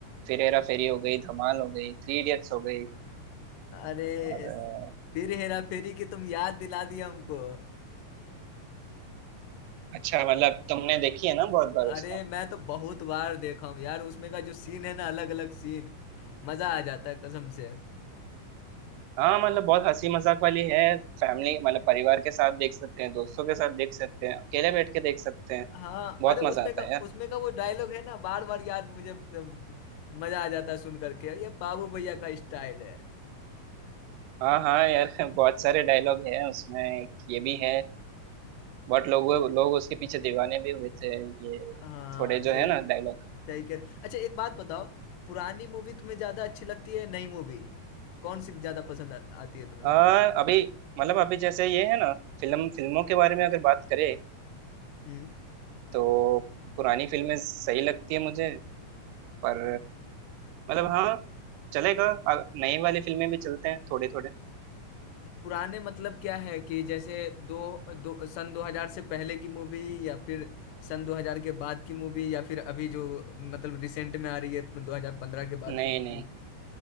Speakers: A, on the right; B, on the left.
A: फिर हेरा फेरी हो गई धमाल हो गई थ्री इडियट्स हो गई
B: अरे
A: और अ,
B: फिर हेरा फेरी की तुम याद दिला दिया हमको
A: अच्छा मतलब तुमने देखी है ना बहुत बार
B: अरे
A: उसको
B: मैं तो बहुत बार देखा हूँ यार उसमें का जो सीन है ना अलग अलग सीन मजा आ जाता है कसम से
A: हाँ मतलब बहुत हंसी मजाक वाली है फैमिली मतलब परिवार के साथ देख सकते हैं दोस्तों के साथ देख सकते हैं अकेले बैठ के देख सकते हैं
B: हाँ
A: बहुत
B: अरे उसमें
A: मजा आता
B: का
A: है यार
B: उसमें का वो डायलॉग है ना बार बार यार मुझे अम, मजा आ जाता है सुन करके ये बाबू भैया का स्टाइल है
A: हाँ हाँ यार <laughs> बहुत सारे डायलॉग हैं उसमें एक ये भी है बहुत लोगों लोग उसके पीछे दीवाने भी हुए थे ये
B: हाँ
A: थोड़े
B: सही
A: जो है ना डायलॉग
B: सही कह रहे अच्छा एक बात बताओ पुरानी मूवी तुम्हें ज्यादा अच्छी लगती है नई मूवी कौन सी ज्यादा पसंद आ, आती है तुम्हें
A: हाँ अभी मतलब अभी जैसे ये है ना फिल्म फिल्मों के बारे में अगर बात करें
B: हम्म
A: तो पुरानी फिल्में सही लगती है मुझे पर मतलब हाँ चलेगा अ- नई वाली फिल्में भी चलते हैं थोड़े थोड़े
B: पुराने मतलब क्या है कि जैसे दो, दो सन 2000 से पहले की मूवी या फिर सन 2000 के बाद की मूवी या फिर अभी जो मतलब रिसेंट में आ रही है 2015 के बाद
A: नहीं
B: की मूवी
A: नहीं